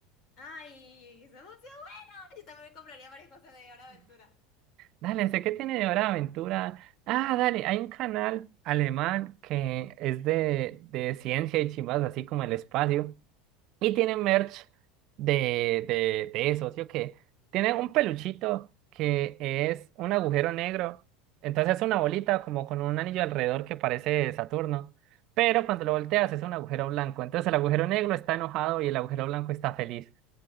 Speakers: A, on the left (about 50°); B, on the right (about 55°).
A: ¡Ay! ¡Se emocionó! Bueno, yo también compraría varias cosas de Hora de Aventura.
B: Dale, sé que tiene de Hora de Aventura. Ah, dale, hay un canal alemán que es
A: Alemana.
B: de, de ciencia y chimbas, así como el espacio. Y tiene merch de, de, de eso, ¿sí o qué? Tiene un peluchito que es un agujero negro. Entonces es una bolita como con un anillo alrededor que parece Saturno. Pero cuando lo volteas es un agujero blanco. Entonces el agujero negro está enojado y el agujero blanco está feliz.